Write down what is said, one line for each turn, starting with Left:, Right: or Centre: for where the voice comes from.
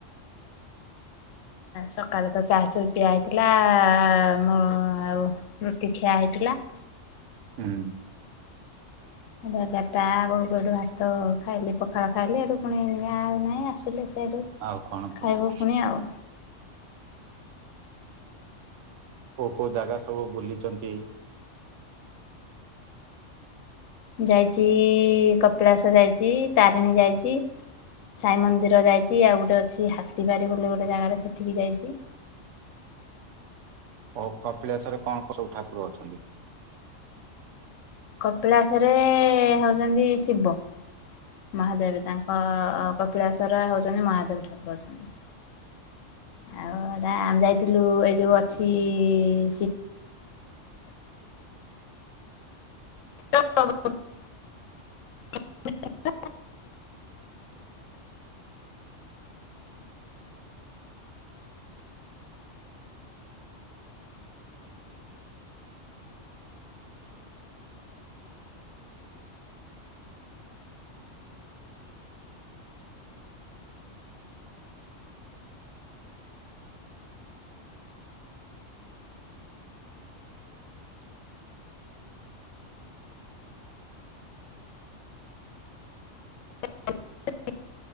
Left: ସକାଳେ ତ ଚାହା ଚଇ ପିଆ ହେଇଥିଲା <unintelligible> ମୁଁ ଆଉ ରୁଟି ଖିଆ ହେଇଥିଲା।
Right: ହୁଁଁ।
Left: ଏଗାର୍ ଟା ବେଳକୁ ଏଠୁ ଭାତ ଖାଇଲି ପଖାଳ ଖାଇଲି ଏଠୁ ପୁଣି ଏ ଆଉ ନାହିଁ ଆସିଲେ ସେଇଠୁ
Right: ଆଉ କଣ କୁହନ୍ତୁ?
Left: ଖାଇବୁ ପୁଣି ଆଉ।
Right: କୋଉ କୋଉ ଜାଗା ସବୁ ବୁଲିଚନ୍ତି?
Left: ଯାଇଛି-ଇ-ଇ କପିଳାସ ଯାଇଛି, ତାରିଣୀ ଯାଇଛି। ସାଇ ମନ୍ଦିର ଯାଇଚି ଆଉ ଗୋଟେ ଅଛି ହାତୀବାରି ବୋଲି ଗୋଟେ ଜାଗାରେ ସେଠିକି ଯାଇଚି।
Right: ଓ କପିଳାସ ରେ କଣ କଣ ସବୁ ଠାକୁର ଅଛନ୍ତି?
Left: କପିଳାସରେ-ଏଁ ହଉଛନ୍ତି ଶିବ। ମହାଦେବ୍ ତାଙ୍କ କପିଳାଶ୍ୱର ହଉଛନ୍ତି ମହାଦେବ୍ ଠାକୁର ଅଛନ୍ତି। ଆଉ ଏଟା ଆମେ ଯାଇଥିଲୁ ଏଇ ଯୋଉ ଅଛି-ଇ-ଇ <unintelligible> <inaudible> <inaudible>